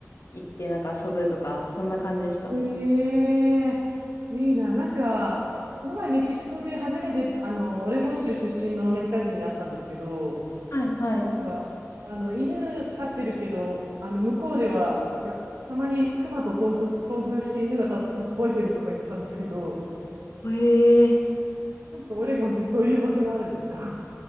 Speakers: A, on the left (about 70°); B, on the right (about 70°).
A: 行って、なんか遊ぶとか、そんな感じでした。
B: うん。ええいいな。なんか、この前メキシコで初めて、あの、オレゴン州出身のアメリカ人に会ったんですけど、
A: はい、はい。
B: なんか、あの、犬飼ってるけど、あの、向こうでは、なんか、たまに熊と遭遇、遭遇して犬がた、なんか吠えてるとか言ってたんですけど、
A: ええ
B: なんかオレゴンってそういう場所もあるんですか